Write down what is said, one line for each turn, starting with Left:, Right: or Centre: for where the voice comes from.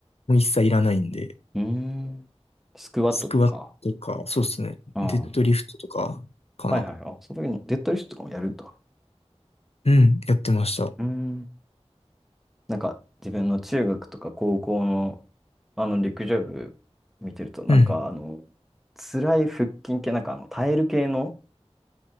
Left: もう一切いらないんで、
Centre: うーん。スクワットとか。
Left: スクワットとか、そうですね。
Centre: ああ。
Left: デッドリフトとか、かな。
Centre: はいはい。あ、そういうの、デッドリフトとかもやるんだ。
Left: うん、やってました。
Centre: うーん。なんか、自分の中学とか高校の、あの、陸上部見てると、なんか、
Left: うん、
Centre: あの、辛い腹筋系、なんか、あの、耐える系の、